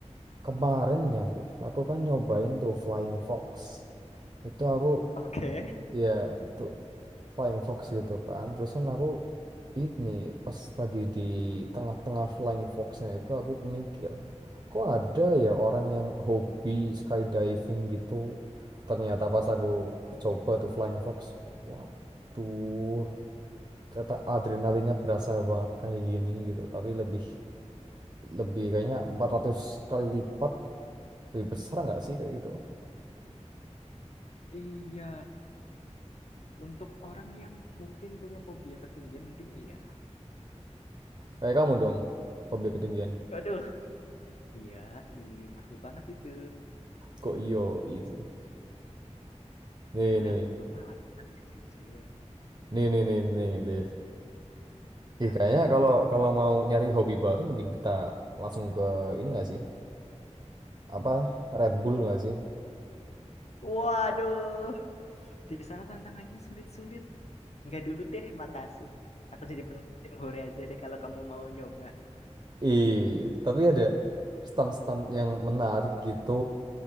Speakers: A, on the right; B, on the left.
A: kemarin ya Liv aku kan nyobain tuh Flying Fox itu aku
B: Oke.
A: ya itu Flying Fox gitu kan. Terusan aku ini pas lagi di tengah-tengah Flying Foxnya itu aku mikir, kok ada ya orang
B: Okay.
A: yang hobi skydiving gitu. Ternyata pas aku coba tuh Flying Fox, waduh, ternyata adrenalinnya berasa banget kayak gini gitu. Tapi lebih lebih kayaknya 400 kali lipat lebih besar nggak sih kayak gitu?
B: Iya, untuk orang yang mungkin punya fobia ketinggian mungkin iya.
A: Kayak kamu dong, hobi ketinggian.
B: Waduh. Iya, i, aku banget itu.
A: Kok yo sih. Nih
B: Lah,
A: nih.
B: aku mah orangnya jujur.
A: Nih nih nih nih, Liv. Ih,
B: Apa?
A: kayaknya kalau kalau mau nyari hobi baru mending kita langsung ke ini nggak sih? Apa
B: Mana?
A: Red Bull nggak sih?
B: Waduh. Di sana tantangannya sulit-sulit. Enggak dulu deh, makasih. Aku jadi pen- tim hore aja deh kalau kamu mau nyoba.
A: Ih, tapi ada stan-stan yang menarik gitu.